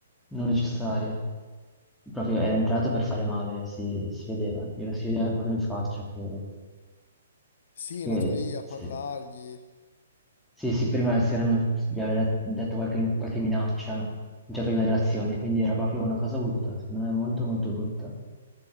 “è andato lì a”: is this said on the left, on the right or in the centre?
Left